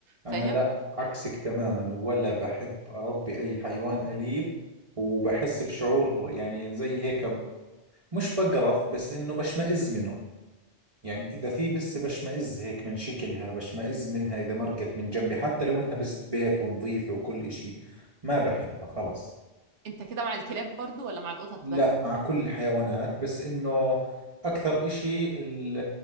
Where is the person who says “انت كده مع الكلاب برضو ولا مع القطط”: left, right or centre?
Right